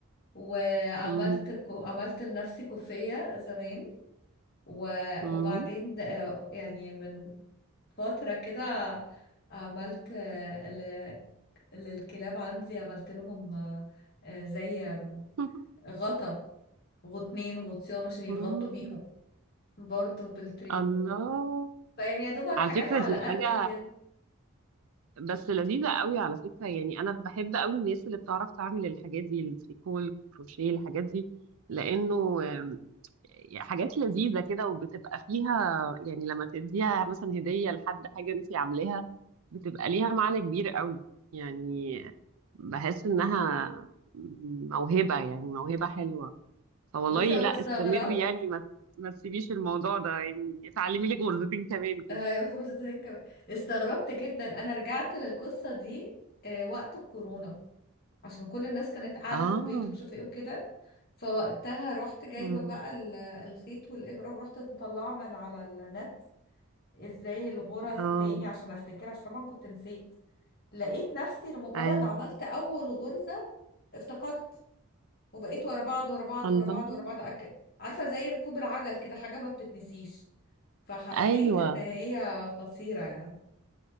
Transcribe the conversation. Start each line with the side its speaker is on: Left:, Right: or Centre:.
Left: وعملت
Right: مم.
Left: كو... عملت لنفسي كوفية زمان و...
Right: مم.
Left: وبعدين د- يعني من فترة كده عملت آه، ل... للكلاب عندي عملت لهم آه، آه، زي آم،
Right: <laughs>
Left: غطا غطنين غطيان عشان يتغطوا
Right: مم.
Left: بيهم برضو بالتريكو
Right: الله
Left: فيعني يا دوبك
Right: على
Left: حاجات
Right: فكرة
Left: على
Right: دي
Left: قد
Right: حاجة
Left: كده
Right: بس لذيذة قوي على فكرة يعني أنا بحب قوي الناس اللي بتعرف تعمل الحاجات دي التريكو الكروشيه الحاجات دي لأنه يعني حاجات لذيذة كده وبتبقى فيها يعني لما تديها مثلا هدية لحد حاجة انت عاملاها بتبقى ليها معنى كبير قوي يعني بحس انها موهبة يعني موهبة حلوة فوالله
Left: بصي وانا
Right: لا
Left: استغربت
Right: استمري يعني ما ما تسيبيش الموضوع ده يعني اتعلمي لك غرزتين كمان كده
Left: آه، هيظبط ازاي كمان استغربت جدا انا رجعت للقصة دي آه، وقت الكورونا عشان كل الناس كانت قاعدة
Right: اه
Left: في البيت ومش عارفة ايه وكده فوقتها رحت جايبة
Right: أمم،
Left: بقى ال- الخيط والإبرة ورحت مطلعة من على النت ازاي الغرز
Right: اه
Left: تاني عشان افتكر عشان طبعا كنت نسيت لقيت نفسي لمجرد
Right: ايوه
Left: عملت أول غرزة افتكرت وبقيت ورا بعض ورا بعض
Right: الله
Left: ورا بعض ورا بعض أكل عارفة زي ركوب العجل كده حاجة ما بتتنسيش فحسيت
Right: ايوه
Left: إن هي خطيرة يعني